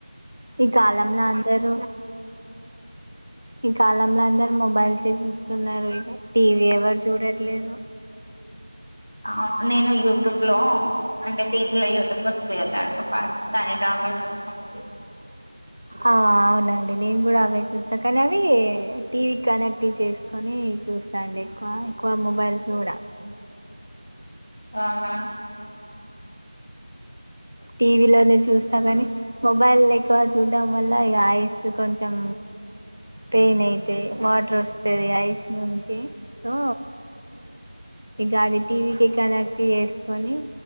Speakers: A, on the right; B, on the left.
A: ఈ కాలంలో అందరూ ఈ కాలంలో అందరు మొబైల్స్ చూస్తున్నారు ఇక టీవీ ఎవరు చూడట్లేదు
B: ఆ నేను యూట్యూబ్ లో అంటే టీవీ లో యూట్యూబ్ వస్తా పాకిస్తా డ్రామ చడి
A: ఆ అవునండి నేను కూడా అవే చూస్తా కానీ అవి టీవీ కనెక్ట్ చేసుకొని చూస్తాండి ఎక్కువ ఎక్కువ మొబైల్ చూడ
B: అవు ఆ
A: టీవీలోనే చూస్తా కానీ మొబైల్ ఎక్కువ చూడటడం వల్ల ఇక ఐస్ కొంచెం పెయిన్ అయితాయి వాటర్ వస్తుంది ఐస్ నుంచి సో ఇక అది టీవీకి కనెక్ట్ చేసుకొని